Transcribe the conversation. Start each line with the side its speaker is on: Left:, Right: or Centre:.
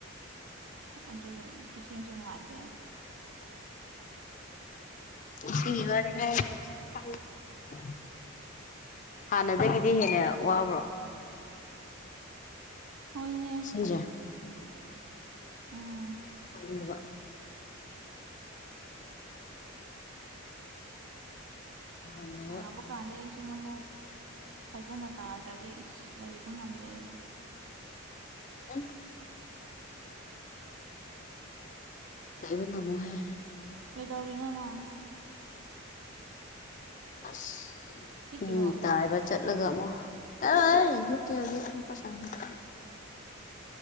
Right: ꯑꯗꯨꯒ ꯏꯁꯤꯡꯁꯨ ꯅꯨꯡꯉꯥꯏꯇꯦ
Left: <inaudible> ꯍꯥꯟꯅꯗꯒꯤꯗꯤ ꯍꯦꯟꯅ ꯋꯥꯕ꯭ꯔꯣ
Right: ꯍꯣꯏꯅꯦ
Left: ꯁꯤꯡꯖꯦ
Right: ꯎꯝ
Left: ꯐꯩꯔꯕ ꯌꯥꯔꯝꯃꯣꯏꯕ
Right: ꯁꯥꯕ ꯀꯥꯟꯗ ꯏꯁꯤꯡ ꯑꯃꯨꯛ ꯐꯖꯅ ꯇꯥꯗ꯭ꯔꯗꯤ ꯂꯩꯕ ꯉꯝꯗꯦ ꯑꯩꯗꯤ
Left: <inaudible> ꯂꯩꯕ ꯉꯝꯃꯨꯍꯦ
Right: ꯀꯩꯗꯧꯔꯤꯅꯣꯅ
Left: ꯑꯁ
Right: ꯍꯤꯞꯄꯤꯔꯣ
Left: ꯐꯤ ꯇꯥꯏꯕ ꯆꯠꯂꯒ ꯑꯃꯨꯛ <unintelligible>